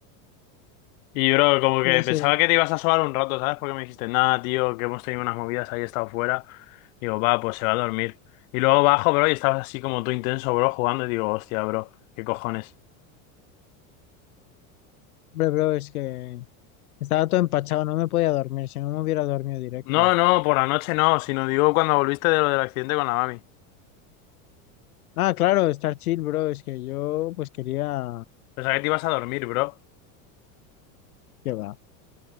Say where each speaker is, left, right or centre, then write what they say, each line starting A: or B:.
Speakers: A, on the left; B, on the left.
A: Y, bro, como que
B: Yo sé,
A: pensaba que te ibas a sobar un rato, ¿sabes? Porque me dijiste, nada, tío, que hemos tenido unas movidas, ahí he estado fuera. Digo, va, pues se va a dormir. Y luego bajo, bro, y estabas así como tú intenso, bro, jugando. Y digo, hostia, bro, qué cojones.
B: hombre, bro, es que estaba todo empachado, no me podía dormir, si no me hubiera dormido directo.
A: No, no, por la noche no, sino digo cuando volviste de lo del accidente con la mami.
B: Ah, claro, estar chill, bro, es que yo pues quería...
A: Pensaba que te ibas a dormir, bro.
B: ¿Qué va?